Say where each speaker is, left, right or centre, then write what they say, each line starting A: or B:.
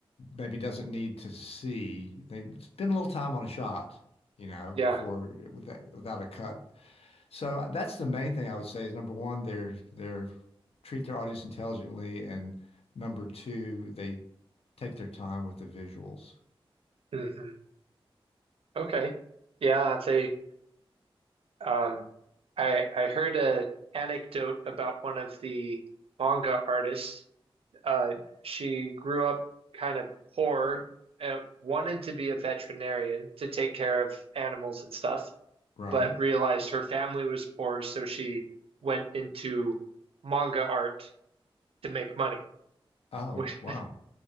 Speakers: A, on the left (about 85°); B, on the right (about 70°).
A: maybe doesn't need to see. They spend a little time on a shot, you know,
B: Yeah.
A: before without without a cut. So uh, that's the main thing I would say is number one, they're they're treat their audience intelligently, and number two, they take their time with the visuals,
B: hmm Okay. Yeah, they Um, I I heard a anecdote about one of the manga artists. Uh, she grew up kind of poor, uh, wanted to be a veterinarian to take care of animals and stuff,
A: right?
B: but realized her family was poor, so she went into manga art to make money.
A: Oh,
B: Which,
A: wow.